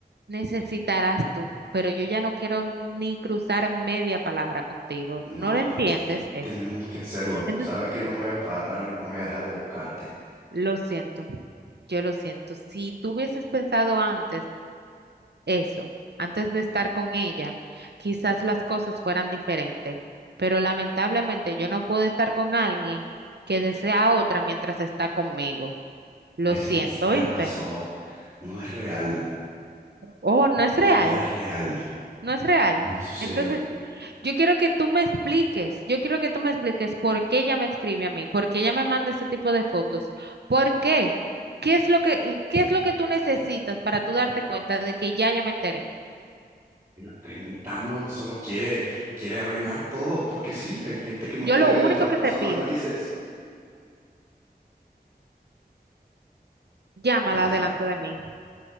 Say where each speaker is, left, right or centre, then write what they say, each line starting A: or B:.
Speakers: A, on the right (about 80°); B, on the right (about 20°).
A: Necesitarás tú, pero yo ya no quiero ni cruzar media palabra contigo,
B: No,
A: no lo entiendes eso.
B: tenemos que hacerlo.
A: Entonces,
B: Sabes que no voy a parar y no voy a dejar de buscarte.
A: lo siento, yo lo siento. Si tú hubieses pensado antes, Eso, antes de estar con ella, quizás las cosas fueran diferentes, pero lamentablemente yo no puedo estar con alguien que desea a otra mientras está conmigo. Lo
B: Eso
A: siento,
B: ni siquiera
A: ¿viste?
B: pasó. No es real.
A: Oh, no es real,
B: No es real.
A: no es real.
B: No sucedió.
A: Entonces, yo quiero que tú me expliques, yo quiero que tú me expliques por qué ella me escribe a mí, por qué ella me manda ese tipo de fotos, por qué, qué es lo que, qué es lo que tú necesitas para tú darte cuenta de que ya ya me enteré.
B: Te Lo está inventando. Solo quiere, quiere arruinar todo porque sí, hay gente que no
A: Yo
B: puede
A: lo
B: ver
A: único
B: a otras
A: que
B: personas
A: te pido,
B: felices.
A: llámala
B: Ajá.
A: delante de mí.